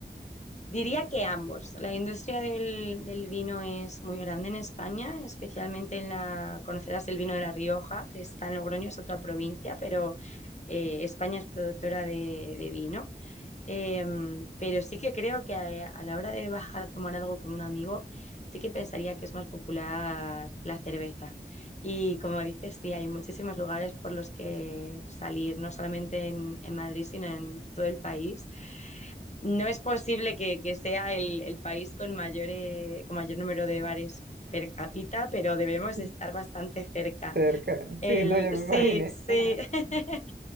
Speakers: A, on the left; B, on the right.
A: Diría que ambos. La industria del, del vino es muy grande en España, especialmente en la, conocerás el vino de La Rioja, que está en Logroño, es otra provincia, pero eh, España es productora de, de vino. Em, pero sí que creo que a, a la hora de bajar a tomar algo con un amigo, sí que pensaría que es más popular la cerveza. Y como dices, sí, hay muchísimos lugares por los que salir, no solamente en, en Madrid, sino en todo el país. No es posible que, que sea el, el país con mayor, eh, con mayor número de bares per cápita, pero debemos de
B: Mm.
A: estar bastante cerca.
B: Cerca,
A: El,
B: sí, no, yo
A: sí,
B: me imaginé.
A: sí,
B: Ajá.
A: <laughs>